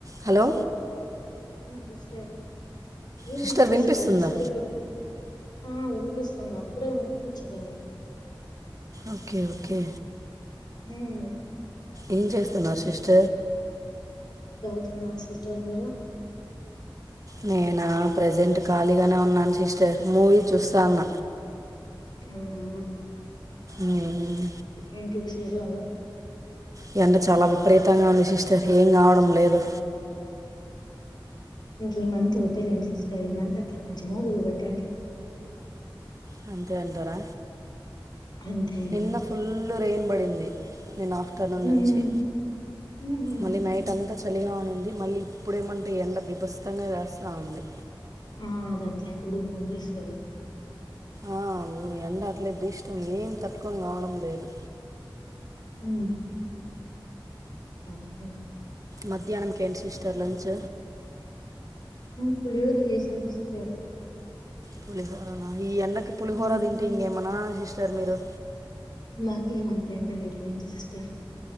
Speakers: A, on the right; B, on the left.
A: Hello
B: sister ఏమైంది
A: sister వినిపిస్తుందా
B: sister సరిదు ఆ వినిపిస్తుంది అప్పుడే వినిపించలేదు
A: ఓకే ఓకే
B: హమ్
A: ఏం చేస్తున్నారు శిస్ట
B: తన్నా సిస్టర్ మీరు
A: నేనా ప్రజెంట్ ఖాళీగానే ఉన్నాను సిస్టర్ మూవీ చూస్తాన్న
B: అవునా
A: మ్మ్.
B: ఏంటి విశేషా చాలు
A: ఈ అంట చాలా విపరీతంగా ఉంది సిస్టర్ ఏం కావడం లేదు
B: ఇంక ఈ మంత్ ఒకటలేండి సిస్టర్ ఈ మంత్ అట్లా కొంచెంవగట్టండి
A: అ అంతే అంటారా
B: అంతే ఇంక.
A: నిన్న ఫుల్ రెయిన్ పడింది నేను ఆఫ్టర్నూన్
B: ఉమ్
A: నుంచి
B: ఉమ్
A: మళ్ళీ నైట్ అంతా చలిగా ఉంది మళ్ళీ ఇప్పుడేమంటే ఎండ బిభస్తంగా వస్తా ఉంది
B: ఆ అదట్లే ఉడుకుంగేస్త అదట్లే
A: ఆ ఓ ఎంండ అట్లే భీష్టం ఏం తట్టుకొని కావడం లేదు
B: హ ఓకే
A: మధ్యాహ్నం కే ఎం సిస్టర్ లంచ్
B: పులిహోర చేసా అ
A: పులిహోరనా ఈ ఎండకి పులిహోర
B: ఉమ్
A: తింటే ఇంకేమనా సిస్టర్ మీరు
B: మాక ఏమంతా ఏంద లేదులేంటి సిస్టర్